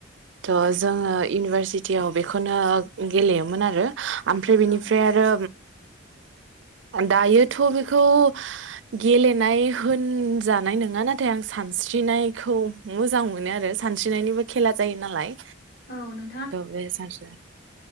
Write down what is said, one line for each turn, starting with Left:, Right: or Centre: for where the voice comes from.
Right: थ' जोंङो इउनिभारसिटियाव बेखौनो गेलेयोमोन आरो। ओमफ्राय बेनिफ्राय
Left: औ
Right: आरो दायोथ' बेखौ गेलेनाय होनजानाय नङा नाथाय आं सानस्रिनायखौ मोजां मोनो आरो। सानस्रिनायनिबो खेला जायो नालाय।
Left: औ नों
Right: थ बेहाय सानस्रिनो